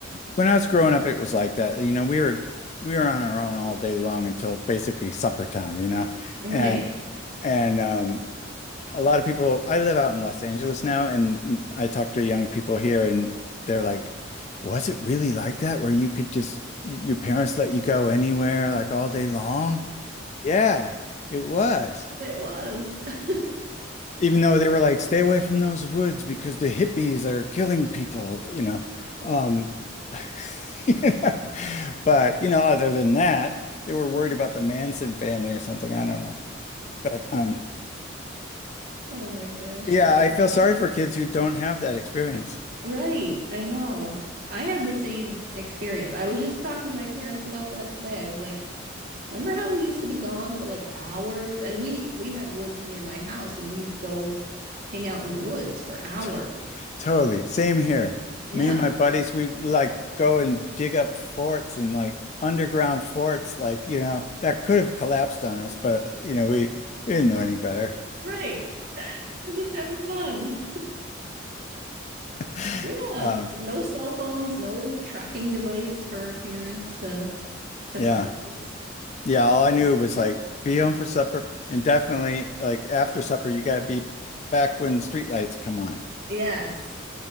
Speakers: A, on the left (about 35°); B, on the right (about 45°).
A: When I was growing up, it was like that. You know, we were we were on our own all day long until basically supper time, you know.
B: Right.
A: And and um a lot of people I live out in Los Angeles now and I talk to young people here and they're like, was it really like that where you could just y- your parents let you go anywhere like all day long? Yeah, it was.
B: It was. <laughs>
A: even though they were like, stay away from those woods because the hippies are killing people, you know. Um, <laughs> you know? But, you know, other than that, they were worried about the Manson family or something. I don't know. But um,
B: Oh my gosh.
A: yeah,
B: Yeah.
A: I feel sorry
B: I-
A: for kids who don't have that experience.
B: Right. I know. I had the same experience. I was just talking to my parents about that today. I was like, remember how we used to be gone for like hours? And we we had woods near my house and we'd go hang out in the woods for hours.
A: T- Totally. Same here.
B: Yeah.
A: Me and my buddies, we like go and dig up forts and like underground forts, like, you know, that could have collapsed on us, but, you know, we, we didn't know any better.
B: Right. We're just having fun.
A: <laughs>
B: Yeah.
A: Um,
B: No cell phones, no tracking device for our parents to
A: <laughs>
B: to
A: yeah.
B: find us.
A: Yeah, all I knew was like be home for supper and definitely like after supper you gotta be back when the street lights come on.
B: Yes.